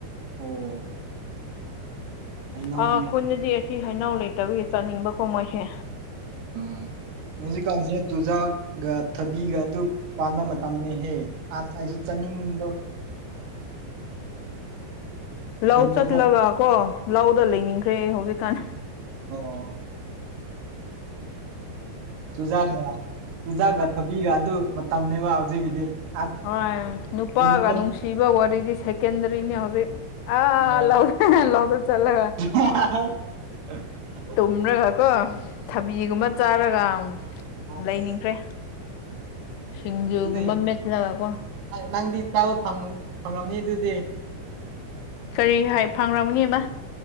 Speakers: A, on the right; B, on the left.
A: ꯑꯣ ꯍꯩꯅꯧꯅꯦ
B: ꯑꯥ ꯈꯨꯟꯗꯗꯤ ꯑꯁꯤ ꯍꯩꯅꯧ ꯂꯩꯇꯕꯒꯤ ꯆꯥꯅꯤꯡꯕꯀꯣ ꯃꯣꯏꯁꯦ꯫
A: ꯎꯝ ꯍꯧꯖꯤꯛꯀꯥꯟꯁꯦ ꯇꯨꯖꯥꯛꯒ ꯊꯕꯤꯒ ꯑꯗꯨ ꯄꯥꯟꯕ ꯃꯇꯝꯅꯤꯍꯦ ꯑꯁ ꯑꯩꯁꯨ ꯆꯅꯤꯡꯕ꯫
B: ꯂꯧ
A: ꯈꯨꯟꯗꯀꯣ
B: ꯆꯠꯂꯒ ꯀꯣ꯫ ꯂꯧꯗ ꯂꯩꯅꯤꯡꯈ꯭ꯔꯦ ꯍꯧꯖꯤꯛꯀꯥꯟ꯫
A: ꯑꯣ ꯆꯨꯖꯥꯛ ꯆꯨꯖꯥꯛꯒ ꯊꯕꯤꯒꯗꯨ ꯃꯇꯝꯅꯦꯕ ꯍꯧꯖꯤꯛꯀꯤꯗꯤ꯫ ꯑꯁ
B: ꯍꯣꯏ ꯅꯨꯄꯥꯒ
A: ꯈꯨꯟꯗ ꯆꯠ
B: ꯅꯨꯡꯁꯤꯕ ꯋꯥꯔꯤꯗꯤ ꯁꯦꯀꯦꯟꯗꯔꯤꯅꯤ ꯍꯧꯖꯤꯛ ꯑꯥ
A: ꯑꯣ
B: ꯂꯥꯎ <unintelligible> ꯂꯧꯗ ꯆꯠꯂꯒ
A: <unintelligible>
B: ꯇꯨꯝꯔꯒ ꯀꯣ ꯊꯕꯤꯒꯨꯝꯕ ꯆꯥꯔꯒ
A: ꯑꯁ
B: ꯂꯩꯅꯤꯡꯈ꯭ꯔꯦ꯫ ꯁꯤꯡꯖꯨꯒꯨꯝꯕ
A: ꯑꯗꯨꯗꯤ
B: ꯃꯦꯠꯂꯒꯀꯣ꯫
A: ꯅꯪꯗꯤ ꯆꯥꯕ ꯐꯪ ꯐꯪꯉꯝꯅꯤ ꯑꯗꯨꯗꯤ꯫
B: ꯀꯔꯤ ꯍꯥꯏ ꯐꯪꯔꯝꯒꯅꯤꯕ꯫